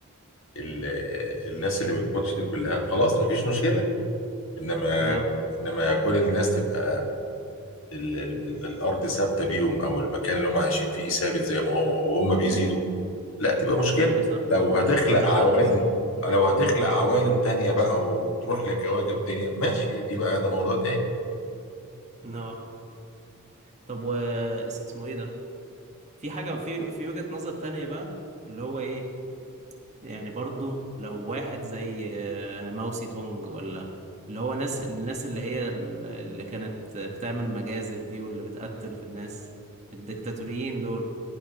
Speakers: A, on the left; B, on the right.
A: ال... الناس اللي بتموتش دي كلها خلاص مفيش مشكله انما
B: اه
A: انما كل الناس تبقى ال ال ال الارض ثابته بيهم او المكان اللي هم عايشين فيه ثابت زي ما هو وهم بيزيدوا لا تبقى مشكله
B: ايوه صح
A: لو هتخلق
B: هيخلص
A: عوالم لو هتخلق عوالم تانية بقى وتروح لكواكب الدنيا ماشي دي بقى ده موضوع تاني
B: no. طب و اسمه ايه ده في حاجة في في وجهة نظر تانية بقى اللي هو ايه يعني برضو لو واحد زي آه، ماوسي تونج ولا اللي هو ناس الناس اللي هي ال- اللي كانت بتعمل مجازر دي واللي بتقتل في الناس الدكتاتوريين دول